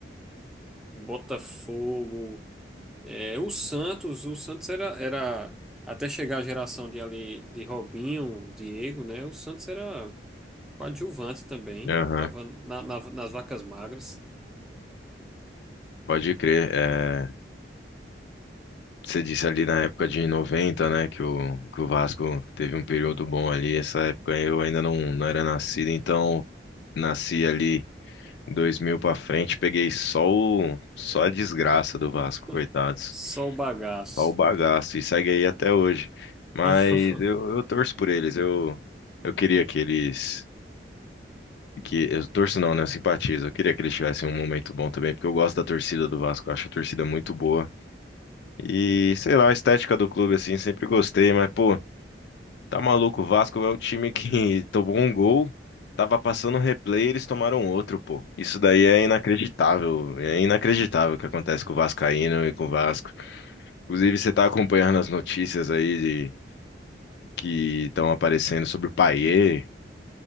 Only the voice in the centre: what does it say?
Botafogo, é, o Santos, o Santos era, era até chegar a geração de ali de Robinho, Diego, né? O Santos era Coadjuvante também.
Tava na- na- nas vacas magras.
<laughs>
Só o bagaço.
<laughs>